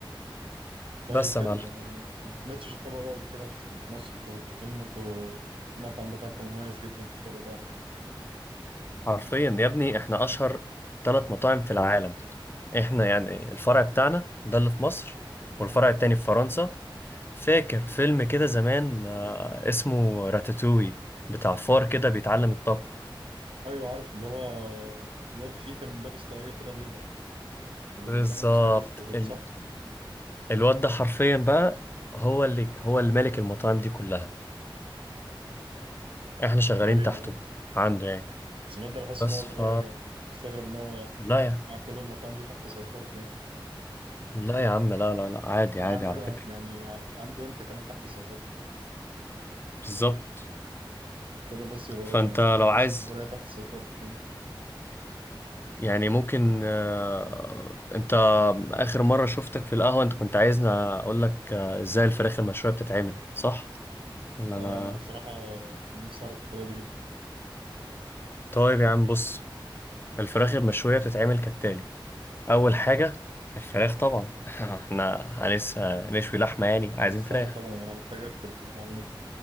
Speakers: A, on the right; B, on the left.
A: طيب
B: بس يا
A: حلو
B: معلم
A: انا أنا ما سمعتش الطبق ده قبل كده في في مصر كله اظن انتوا المطعم بتاعكم مميز جدا بالطبق ده على كده
B: حرفيا يا ابني احنا اشهر ثلاث مطاعم في العالم احنا يعني الفرع بتاعنا ده اللي في مصر والفرع
A: آه.
B: التاني في فرنسا فاكر فيلم كده زمان آه، اسمه راتاتوي بتاع فار كده بيتعلم الطبخ
A: ايوه عارف اللي هو الواد فيه كان لابس طاقية كده بيضة ودانه
B: بالظبط
A: مستفزة كده
B: ال...
A: صح
B: الواد ده حرفيا بقى هو اللي هو اللي مالك المطاعم دي كلها احنا شغالين
A: غريبة
B: تحته
A: أوي.
B: عنده يعني
A: بس الواد ده بحس
B: بس
A: ان هو صغير
B: ف
A: يعني مستغرب ان هو
B: لا يا
A: مع كل المطاعم دي تحت سيطرته يعني
B: لا يا عم لا لا لا عادي
A: وعندك
B: عادي على فكرة
A: يعني عنده انت كمان تحت سيطرته
B: بالظبط
A: فاضل بس يبقى هو
B: فانت
A: يعني مثلا
B: لو
A: رئيس
B: عايز
A: الجمهورية تحت سيطرته كمان
B: يعني ممكن آه، انت اخر مرة شفتك في القهوة انت كنت عايزني اقول لك آه، ازاي الفراخ المشوية بتتعمل صح ولا
A: اه
B: انا
A: انا بصراحة كان نفسي اعرف الطريقة دي جدا
B: طيب يا عم بص الفراخ المشوية بتتعمل كالتالي اول حاجة الفراخ طبعا <laughs> احنا هنس هنشوي لحمة يعني عايزين
A: طب استنى
B: فراخ
A: طبعا انا محتاج اكتب المعلومات دي